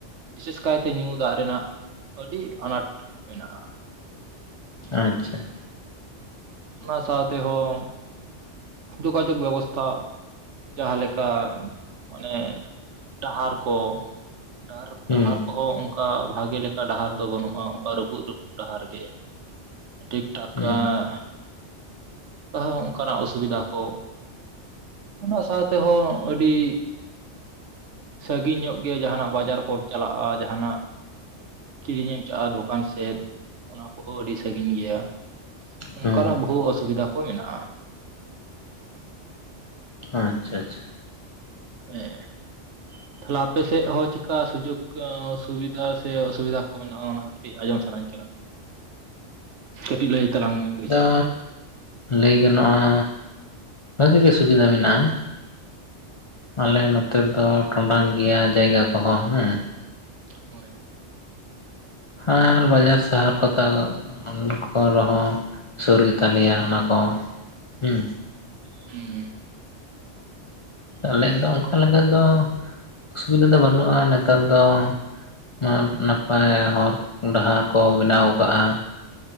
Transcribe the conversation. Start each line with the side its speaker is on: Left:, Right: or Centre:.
Right: ᱵᱤᱥᱮᱥ ᱠᱟᱭᱛᱮ ᱧᱩ ᱫᱟᱜ ᱨᱮᱱᱟᱜ ᱟᱰᱤ ᱟᱱᱟᱴ ᱢᱮᱱᱟᱜᱼᱟ᱾
Left: ᱟᱪᱪᱷᱟ
Right: ᱚᱱᱟ ᱥᱟᱶᱛᱮ ᱦᱚᱸᱼᱼ ᱡᱳᱜᱟᱡᱳᱜ ᱵᱮᱵᱚᱥᱛᱷᱟᱼᱼ ᱡᱟᱦᱟᱸ ᱞᱮᱠᱟ ᱢᱟᱱᱮ ᱰᱟᱦᱟᱨ ᱠᱚᱼᱼ ᱰᱟᱦᱟᱨ
Left: ᱦᱩᱸ
Right: ᱰᱟᱦᱟᱨ ᱠᱚᱦᱚᱸ ᱚᱝᱠᱟ ᱵᱷᱟᱜᱮ ᱞᱮᱠᱟ ᱰᱟᱦᱟᱨ ᱫᱚ ᱵᱟᱹᱱᱩᱜᱼᱟ ᱚᱱᱠᱟ ᱨᱟᱹᱯᱩᱫ ᱨᱟᱹᱯᱩᱫ ᱰᱟᱦᱟᱨ ᱜᱮ᱾ ᱴᱷᱤᱠ ᱴᱷᱟᱠ
Left: ᱦᱩᱸ
Right: ᱟᱸ ᱛᱟᱦᱩ ᱚᱝᱠᱟ ᱚᱱᱠᱟᱱᱟᱜ ᱚ-ᱼ ᱥᱩᱵᱤᱫᱷᱟ ᱠᱚ ᱚᱱᱟ ᱥᱟᱶ ᱛᱮᱦᱚᱸ ᱟᱹᱰᱤᱼᱼ ᱥᱟᱹᱜᱤᱧ ᱧᱚᱜ ᱜᱮᱭᱟ ᱡᱟᱦᱟᱱᱟᱜ ᱵᱟᱡᱟᱨ ᱠᱚ ᱪᱟᱞᱟᱜᱼᱟ ᱡᱟᱦᱟᱱᱟᱜᱼᱼ ᱠᱤᱨᱤᱧ ᱮᱢ ᱪᱟᱜᱼᱟ ᱫᱚᱠᱟᱱ ᱥᱮᱫ ᱚᱱᱟ ᱠᱚᱦᱚᱸ ᱟᱹᱰᱤ ᱥᱟᱹᱜᱤᱧ ᱜᱮᱭᱟ᱾ ᱚᱜᱠᱟᱱᱟᱜ
Left: ᱦᱩᱸ
Right: ᱵᱚᱦᱩ ᱚᱥᱩᱵᱤᱫᱟ ᱠᱚ ᱢᱮᱱᱟᱜᱼᱟ᱾
Left: ᱟᱪᱪᱷᱟ ᱟᱪᱪᱷᱟ
Right: ᱦᱮᱸ ᱛᱟᱦᱞᱮ ᱟᱯᱮ ᱥᱮᱫ ᱦᱚᱸ ᱪᱮᱠᱟ ᱟᱹ ᱥᱩᱡᱩᱜ ᱥᱩᱵᱤᱫᱟ ᱥᱮ ᱚᱥᱩᱵᱤᱫᱟ ᱠᱚ᱾ ᱢᱮᱱᱟᱜᱼᱟ ᱚᱱᱟ ᱠᱟᱹᱴᱤᱡ ᱟᱸᱡᱚᱢ ᱥᱟᱱᱟᱧ ᱠᱟᱱᱟ ᱠᱟᱹᱴᱤᱡ ᱞᱟᱹᱭ ᱛᱟᱞᱟᱝ ᱵᱚᱭᱦᱟ
Left: ᱟᱫᱚ
Right: ᱢᱮ᱾
Left: ᱞᱟᱹᱭ ᱜᱟᱱᱚᱜᱼᱟ ᱵᱷᱟᱹᱜᱤ ᱜᱮᱼᱼ ᱥᱩᱵᱤᱫᱟ ᱢᱮᱱᱟᱜᱼᱟ ᱟᱞᱮ ᱱᱚᱛᱮ ᱫᱚ ᱴᱚᱰᱟᱝ ᱜᱮᱭᱟ ᱡᱟᱭᱜᱟ ᱠᱚᱦᱚᱸ ᱦᱮᱸ
Right: ᱦᱳᱭ
Left: ᱟᱨ ᱵᱟᱡᱟᱨ ᱥᱟᱦᱟᱨ ᱠᱚ ᱛᱟ ᱚᱱᱠᱟ ᱨᱮᱦᱚᱸ ᱥᱩᱨ ᱜᱮᱛᱟ ᱞᱮᱭᱟ ᱚᱱᱟ ᱠᱚ ᱦᱚᱸ ᱩᱸ
Right: ᱦᱩᱸ
Left: ᱟᱞᱮ ᱫᱚ ᱚᱝᱠᱟ ᱞᱮᱠᱟ ᱫᱚ ᱚᱥᱩᱵᱤᱫᱟ ᱫᱚ ᱵᱟᱹᱱᱩᱜᱼᱟ ᱱᱮᱛᱟᱨ ᱫᱚ᱾ ᱱᱟ ᱱᱟᱯᱟᱭ ᱦᱚᱨ ᱰᱟᱦᱟᱨ ᱠᱚ ᱵᱮᱱᱟᱣ ᱠᱟᱜᱼᱟ